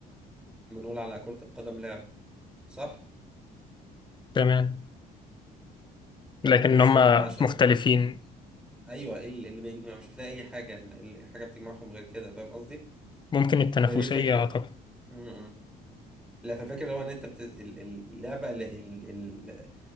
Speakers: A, in the centre; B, on the left (about 25°).
A: بنقول على كره القدم لعبه صح
B: تمام
A: تمام
B: لكن
A: ايه مثلا
B: هما
A: اللي بيجمع ش...
B: مختلفين
A: ايوه ايه اللي اللي بيجمع مش هتلاقي اي حاجه ال- حاجه بتجمعهم غير كده فاهم قصدي
B: ممكن التنافسية
A: فدي الفكره
B: أعتقد
A: م- م. لا فالفكرة هو ان انت بت... ال- ال- اللعبة اللي, ال- ال-